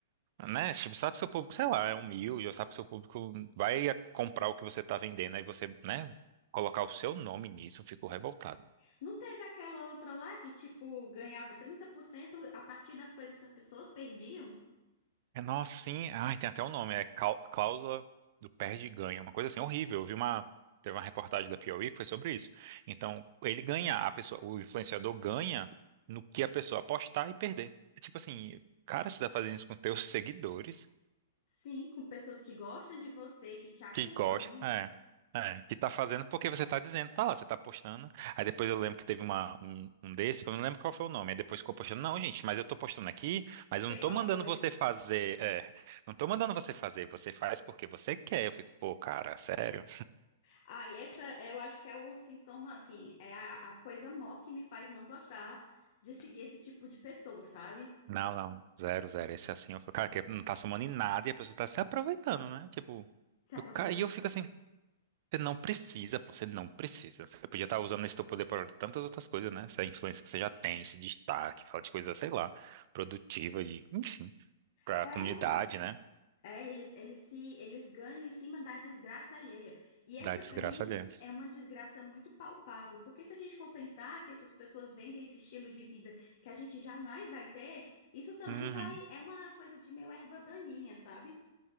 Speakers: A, on the right; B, on the left.
A: Né? Tipo, sabe que seu público, sei lá, é humilde, ou sabe que seu público vai comprar o que você tá vendendo, aí você, né, colocar o seu nome nisso, eu fico revoltado.
B: Não teve aquela outra lá que, tipo, ganhava 30% a partir das coisas que as pessoas perdiam?
A: É, nossa, sim, ai, tem até o um nome, é cau- cláusula do perde e ganha, uma coisa assim horrível. Eu vi uma, teve uma reportagem da Piauí que foi sobre isso. Então, ele ganha, a pessoa, o influenciador ganha no que a pessoa apostar e perder. É tipo assim, cara, você tá fazendo isso com teus <laughs> seguidores?
B: Sim, com pessoas que gostam de você, que te acompanham.
A: Que gosta, é, é, que tá fazendo porque você tá dizendo, tá lá, você tá postando. Aí depois eu lembro que teve uma, um, um desse, que eu não lembro qual foi o nome. Aí depois ficou postando, não, gente, mas eu tô postando aqui, mas
B: Sei
A: eu não tô
B: qual
A: mandando
B: foi.
A: você fazer, é, não tô mandando você fazer, você faz porque você quer. Eu fico, pô, cara, sério?
B: Ah, e essa é, eu acho que é o sintoma, assim, é a, a coisa maior que me faz não gostar de seguir esse tipo de pessoa, sabe?
A: Não, não, zero, zero. Esse é assim, eu fico, cara, que não tá somando em nada e a pessoa tá se aproveitando, né? Tipo,
B: Se aproveitando.
A: eu, ca- e eu fico assim, Você não precisa, pô, você não precisa. Você podia estar usando esse teu poder para tantas outras coisas, né? Essa influência que você já tem, esse destaque, fala de coisas, sei lá, produtiva, de, enfim, pra
B: É,
A: comunidade, né?
B: é, eles, eles se, eles ganham em cima da desgraça alheia. E essa,
A: Da desgraça
B: pra mim,
A: alheia.
B: é uma desgraça muito palpável, porque se a gente for pensar que essas pessoas vendem esse estilo de vida que a gente jamais vai ter, isso também
A: Uhum.
B: vai, é uma coisa de meio erva daninha, sabe?